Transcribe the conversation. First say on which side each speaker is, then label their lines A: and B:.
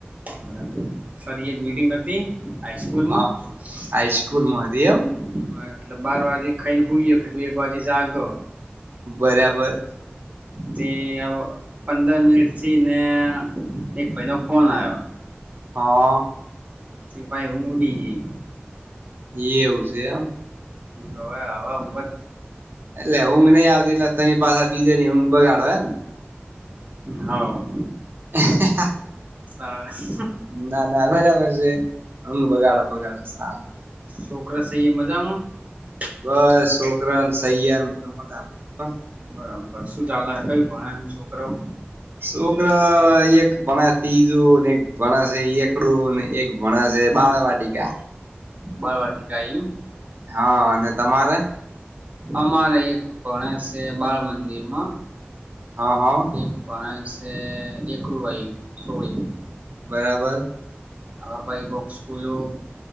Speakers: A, on the right; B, on the right.
A: બહુ સારી એક જ મીટિંગ હતી હાઈસ્કૂલમાં
B: હા
A: <unintelligible>
B: હાઈસ્કૂલમાં હતી એમ
A: મેં બાર વાગે ખાઈન હોઈય કે તું એક વાજે જાગ
B: બરાબર
A: તે પંદર મિનિટ થી ને એક ભાઈ નો ફોન આવ્યો
B: હા
A: તે પાઈ ઊંઘ ઉડી ગઈ <inaudible>
B: એ એવું છે આમ
A: હવે હવે ઊંઘ જ
B: એટલે હું નઈ આવતી એટલે તરી પાછા બીજા ની ઊંઘ બગાડો એમ ને
A: હા <unintelligible>
B: <inaudible> હા હા -
A: સાર <inaudible>
B: ના ના બરાબર છે અમ બગાડ બગાડ સલે <inaudible>
A: તો શું કરો સો મજામાં <inaudible>
B: બસ છોકરાન સૈયન બધ મજા આવે છે <inaudible>
A: બરાબર શું ચાલે કયું ભણે છોકરા
B: છોકરા એક ભણે છે ત્રીજું ને એક ભણ છે એકડું ને એક મણસ એ બાળવાટ કા <inaudible>
A: બાળવાટી કા <unintelligible>
B: હા અને તમારે
A: અમારે એક ભણે છે બાળ મંદિરમાં
B: હા હા
A: એક ભણે છે એકડું ભાઈ છોડી
B: બરાબર
A: હ બાઈ કોક સ્કૂલો